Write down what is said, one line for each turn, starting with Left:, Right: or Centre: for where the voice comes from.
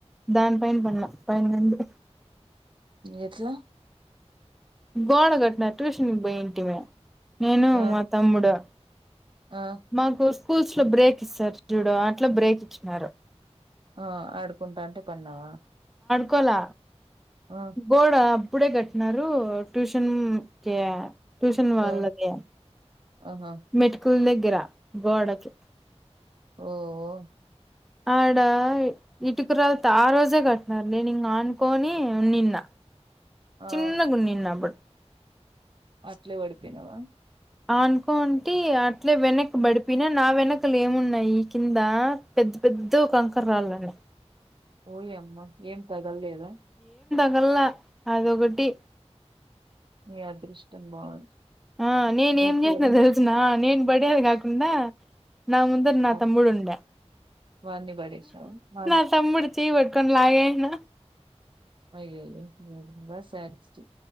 Centre: దాని పైన పలే పైన్ వుంది
Right: ఎట్లా
Centre: గోడ కట్టిన ట్యూషన్ పోయి ఉంటూమి నేను
Right: ఆ
Centre: మా తమ్ముడు
Right: ఆ
Centre: మాకు స్కూల్స్ లో బ్రేక్ ఇస్తారు చూడ అట్లా బ్రేక్ ఇచ్చినారు
Right: ఆ ఆడుకుంటాంటే పన్నావా
Centre: కోలే
Right: ఆ
Centre: గోడ ఆ ఇప్పుడే కట్టినారు ట్యూషన్ కి ట్యూషన్ వాళ్ళదే
Right: ఆ ఆహా
Centre: మెట్కుల్ దగ్గర గోడకి
Right: ఓహో
Centre: ఆడ ఇటుకరలుతో ఆ రోజే కట్టిన నేను ఇంగ ఆనుకొని ఉండిన్లే
Right: ఆ
Centre: చిన్న గున్ని నా అప్పుడు
Right: అట్లే పడిపోయినవా
Centre: అనుకోనుంటి అట్లే వెనక్ పడిపోయినా నా వెనకలు ఏమున్నాయి ఈ కింద పెద్ద పెద్ద గా కంకర రాళ్లు ఉన్నాయ్
Right: ఓయ్ అమ్మ ఏం తగలేదా
Centre: నల్ల అదొకటి
Right: ని అదృష్టం బాగుంది
Centre: ఆ నేను
Right: నాకేమి
Centre: ఏం చేసిన తెలిసిన నేను పడేది కాక ఉండ నా ముందట నా
Right: ఆ
Centre: తమ్ముడు ఉండే
Right: వాన్ని పడేసినావా వాన్
Centre: నా తమ్ముడు చెయ్ పట్టుకొని లగేసిన
Right: అయ్యయ్యో రొంబ శాడిస్ట్